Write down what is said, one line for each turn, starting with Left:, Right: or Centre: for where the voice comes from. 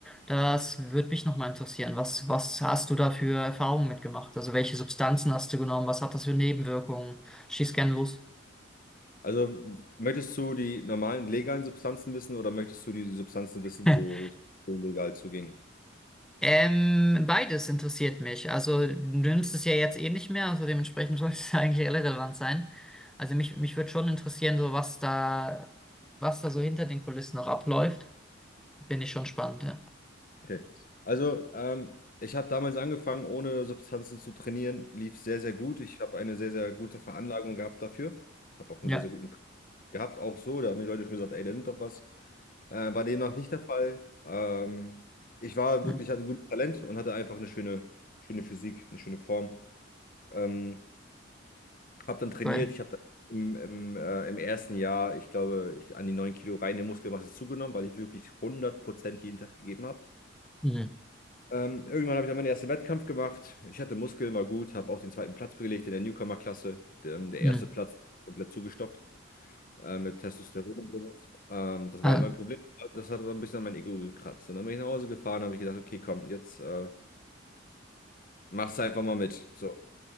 Centre: Das würde mich nochmal interessieren. Was, was hast du da für Erfahrungen mitgemacht? Also welche Substanzen hast du genommen? Was hat das für Nebenwirkungen? Schieß gerne los.
Left: Also, möchtest du die normalen legalen Substanzen wissen oder möchtest du die die Substanzen wissen,
Centre: <laughs>
Left: wo es so legal zuging?
Centre: Ähm, beides interessiert mich. Also du nimmst es ja jetzt eh nicht mehr, also dementsprechend sollte es <laughs> eigentlich irrelevant sein. Also mich, mich würde schon interessieren, so was da, was da so hinter den Kulissen noch abläuft. Finde ich schon spannend, ja.
Left: Okay. Also, ähm, ich habe damals angefangen, ohne Substanzen zu trainieren. Lief sehr, sehr gut. Ich habe eine sehr, sehr gute Veranlagung gehabt dafür. Habe auch einen
Centre: Ja.
Left: sehr, sehr guten Körper gehabt, auch so. Da haben die Leute schon gesagt, ey, da nimmt doch was. Äh, war demnach nicht der Fall. Ähm, ich war
Centre: Mhm.
Left: wirklich, hatte ein gutes Talent und hatte einfach eine schöne, schöne Physik, eine schöne Form. Ähm, habe dann trainiert.
Centre: Cool.
Left: Ich habe dann im, im, äh, im ersten Jahr, ich glaube, ich an die 9 Kilo reine Muskelmasse zugenommen, weil ich wirklich hundert Prozent jeden Tag gegeben habe.
Centre: Mhm.
Left: Ähm, irgendwann habe ich dann meinen ersten Wettkampf gemacht. Ich hatte Muskeln, war gut, habe auch den zweiten Platz belegt in der Newcomer-Klasse. Der, ähm, der
Centre: Mhm.
Left: erste Platz war halt komplett zugestopft äh, mit Testosteron und sowas. Ähm, das
Centre: Ah.
Left: war halt mein Problem. Das hat dann ein bisschen an mein Ego gekratzt. Und dann bin ich nach Hause gefahren, habe ich gedacht, okay, komm, jetzt äh, machst du einfach mal mit. So.